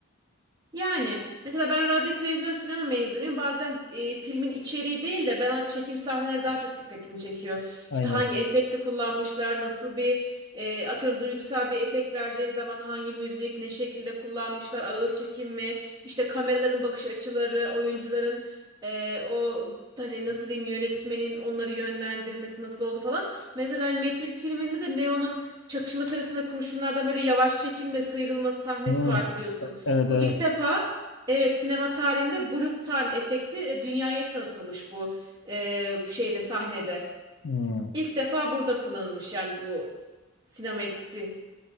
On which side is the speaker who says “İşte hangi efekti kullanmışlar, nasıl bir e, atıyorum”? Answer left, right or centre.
Right